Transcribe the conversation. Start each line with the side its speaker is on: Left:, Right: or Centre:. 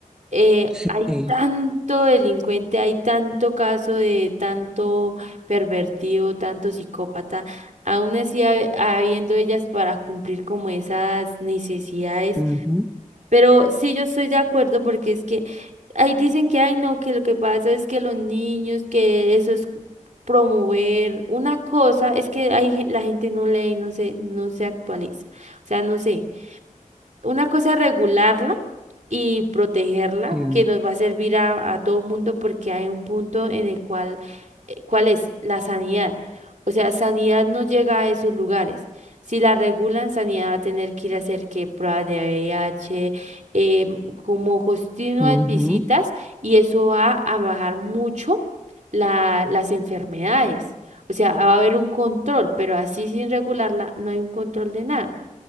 Right: eh,
Centre: Sí,
Right: hay tanto delincuente, hay tanto caso de tanto pervertido, tanto psicópata. Aún así, ha- habiendo ellas para cumplir como esas necesidades.
Centre: ujú,
Right: Pero sí, yo estoy de acuerdo porque es que ahí dicen que, ay, no, que lo que pasa es que los niños, que eso es promover una cosa, es que hay, gen- la gente no lee, no se, no se actualiza. O sea, no sé. Una cosa es regularla y protegerla,
Centre: sí,
Right: que nos va a servir a, a todo el mundo porque hay un punto en el cual, eh, ¿cuál es? La sanidad. O sea, sanidad no llega a esos lugares. Si la regulan, sanidad va a tener que ir a hacer que pruebas de VIH, eh, como continuas
Centre: ujú.
Right: visitas y eso va a bajar mucho la- las enfermedades. O sea, va a haber un control, pero así sin regularla no hay un control de nada.